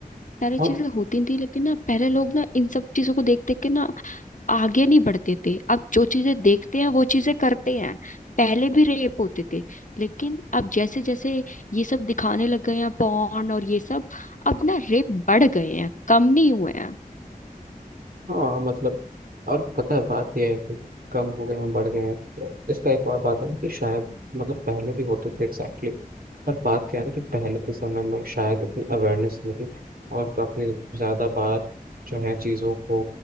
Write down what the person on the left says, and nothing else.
पहले
चीजें होती नहीं थी लेकिन ना पहले लोग ना इन सब चीजों को देख देख के ना आगे नहीं बढ़ते थे अब जो चीजें देखते हैं वो चीजें करते हैं पहले भी रेप होते थे लेकिन अब जैसे जैसे ये सब दिखाने लग गए हैं पॉर्न और ये सब अब ना रेप बढ़ गए हैं कम नहीं हुए हैं